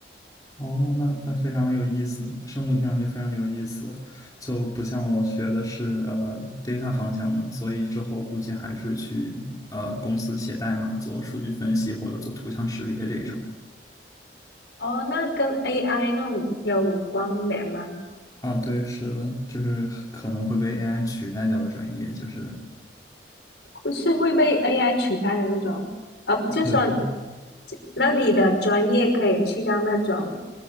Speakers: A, on the left; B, on the left.
A: 哦，那那非常有意思，生物听上去非常有意思，就不像我学的是呃 data 方向的，所以之后估计还是去呃公司写代码做数据分析或者做图像识别这种。
B: 哦，那跟 AI 那种有关联吗？
A: 啊，对，是的，就是可能会被 AI 取代掉的专业，就是
B: 会是会被 AI 取代的那种？呃，就说，
A: 对，
B: 就那你的专业可以去到那种